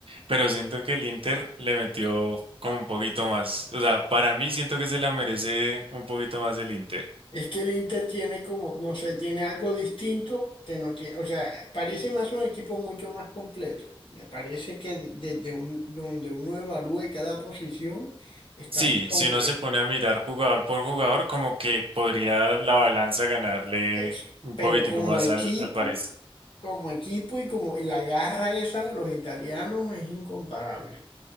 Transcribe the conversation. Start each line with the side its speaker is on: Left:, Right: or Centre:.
Right: pero siento que el Inter le metió como un poquito más. O sea, para mí siento que se la merece un poquito más el Inter.
Left: Es que el Inter tiene como, no sé, tiene algo distinto que no tiene. O sea, parece más un equipo mucho más completo. Me parece que desde un, donde uno evalúe cada posición está
Right: Sí,
Left: muy completo.
Right: si uno se pone a mirar jugador por jugador, como que podría la balanza ganarle
Left: Eso.
Right: un
Left: Pero
Right: poquitico
Left: como
Right: más
Left: equipo,
Right: al, al París.
Left: como equipo y como y la garra esa de los italianos es incomparable.